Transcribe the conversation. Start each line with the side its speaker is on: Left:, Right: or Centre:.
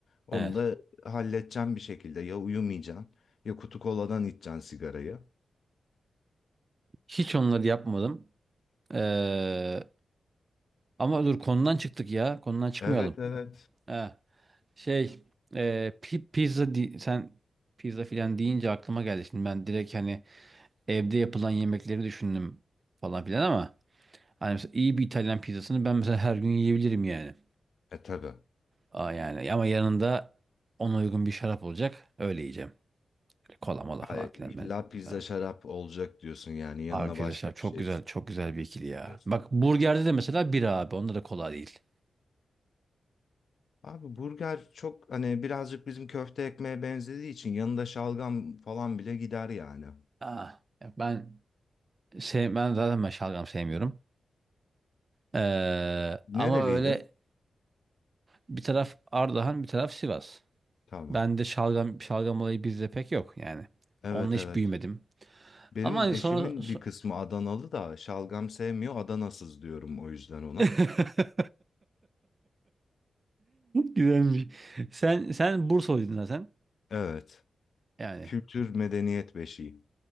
Left: Onu
Right: Evet.
Left: da halledeceğim bir şekilde ya uyumayacaksın ya kutu koladan içeceksin sigarayı.
Right: Hiç onları yapmadım. Ee, Ama dur konudan çıktık ya. Konudan çıkmayalım.
Left: Evet evet.
Right: Ha, şey e, pi- pizza di- sen pizza filan deyince aklıma geldi. Şimdi ben direkt hani evde yapılan yemekleri düşündüm falan filan ama hani mesela iyi bir İtalyan pizzasını ben mesela her gün yiyebilirim yani.
Left: E tabii.
Right: Aa, yani ama yanında ona uygun bir şarap olacak. Öyle yiyeceğim. Kola mola falan
Left: Hayır,
Right: filan
Left: illa
Right: ben.
Left: pizza
Right: ben-
Left: şarap olacak diyorsun yani yanına
Right: Abi pizza
Left: başka
Right: şarap
Left: bir
Right: çok
Left: şey
Right: güzel çok güzel bir ikili ya.
Left: istiyorsun.
Right: Bak burgerde de mesela bira abi. Onda da kola değil.
Left: Abi burger çok hani birazcık bizim köfte ekmeğe benzediği için yanında şalgam falan bile gider yani.
Right: Aa, ben sev ben zaten ben şalgam sevmiyorum. Ee,
Left: Nereliydin?
Right: ama böyle bir taraf Ardahan, bir taraf Sivas.
Left: Tamam.
Right: Ben de şalgam şalgam olayı bizde pek yok yani.
Left: Evet
Right: Onunla hiç
Left: evet.
Right: büyümedim.
Left: Benim
Right: Ama hani
Left: eşimin
Right: sonra so-
Left: bir kısmı Adanalı da şalgam sevmiyor, Adanasız diyorum o yüzden ona.
Right: <laughs> güzelmiş. Sen sen Bursalıydın zaten.
Left: Evet.
Right: Yani
Left: Kültür medeniyet beşiği.